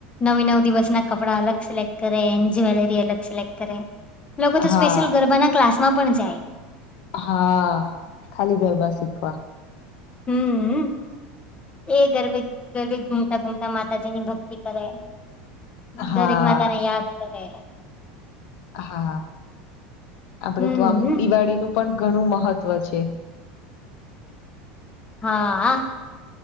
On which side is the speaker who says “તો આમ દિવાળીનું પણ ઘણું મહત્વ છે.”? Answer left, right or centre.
Left